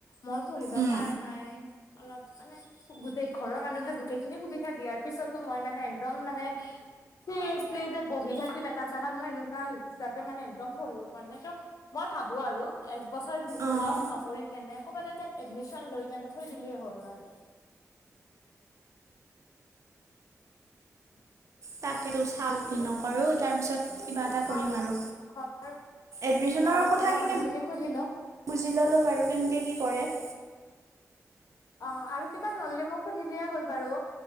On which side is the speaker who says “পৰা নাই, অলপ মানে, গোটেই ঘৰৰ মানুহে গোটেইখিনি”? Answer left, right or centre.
Left